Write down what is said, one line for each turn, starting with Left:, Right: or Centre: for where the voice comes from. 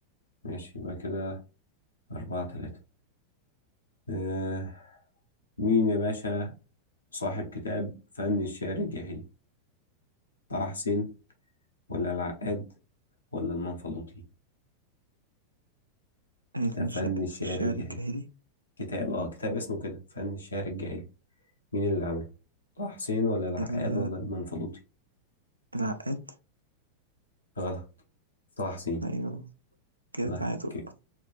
Left: ماشي يبقى كده أربعة تلاتة آه مين يا باشا صاحب كتاب فن الشعر الجاهلي طه حسين ولا العقاد ولا المنفلوطي
Right: الش...
Left: كتاب فن الشعر
Right: في الشعر
Left: الجاهلي
Right: الجاهلي
Left: كتاب اه كتاب اسمه كده فن الشعر الجاهلي مين اللي عمله طه حسين ولا العقاد
Right: ال...
Left: ولا المنفلوطي
Right: العقاد
Left: غلط طه حسين
Right: أيوة كده
Left: طيب
Right: تعادل
Left: اوكي